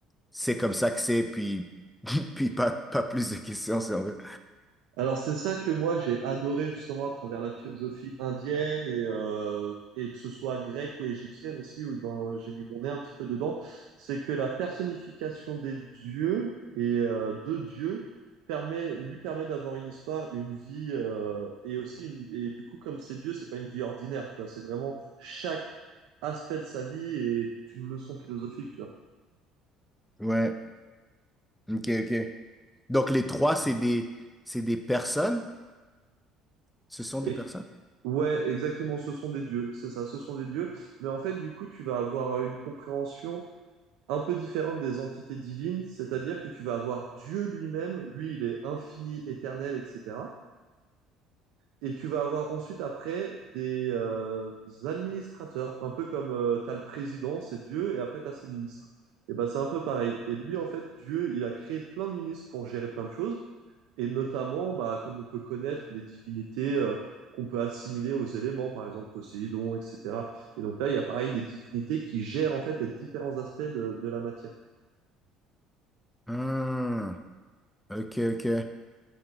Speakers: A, in the centre; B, on the right.
A: c'est comme ça que c'est, puis, <laughs> puis pas, pas plus de questions, si on veut.
B: Alors c'est ça que moi j'ai adoré justement à travers la philosophie indienne et, euh, et que ce soit grecque ou égyptienne aussi, où dans, j'ai mis mon nez un petit peu dedans, c'est que la personnification des dieux et euh, de Dieu permet, lui permet d'avoir une histoire, une vie euh, et aussi une- et du coup comme c'est Dieu, c'est pas une vie ordinaire, tu vois, c'est vraiment chaque aspect de sa vie est une leçon philosophique, tu vois.
A: Ouais, ok, ok. Donc les trois, c'est des, c'est des personnes? Ce sont
B: Et,
A: des personnes?
B: Ouais, exactement, ce sont des dieux, c'est ça, ce sont des dieux. Mais en fait, du coup, tu vas avoir euh, une compréhension un peu différente des entités divines, c'est-à-dire que tu vas avoir Dieu lui-même, lui, il est infini, éternel, etc. Et tu vas avoir ensuite après des euh, administrateurs, un peu comme tu as le président, c'est Dieu, et après tu as ses ministres. Et ben c'est un peu pareil. Et lui, en fait, Dieu, il a créé plein de ministres pour gérer plein de choses. Et notamment, bah, comme on peut connaître les divinités euh, qu'on peut assimiler aux éléments, par exemple Poséidon, etc. Et donc là, il y a pareil des divinités qui gèrent en fait les différents aspects de, de la matière.
A: Hmm, ok, ok.